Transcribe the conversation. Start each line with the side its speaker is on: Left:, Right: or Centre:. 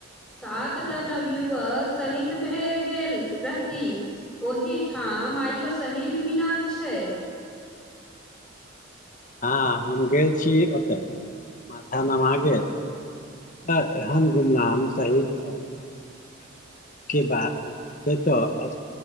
Centre: सात टा नवयुवक शहीद भए गेल रहती, ओहि ठाम आइयो शहीद मीनार छै।
Left: हाँ हम गेल छी ओतऽ, माथा नमा गेल। तऽ, एहन गुमनाम शहीद सब के बात याद आबै तऽ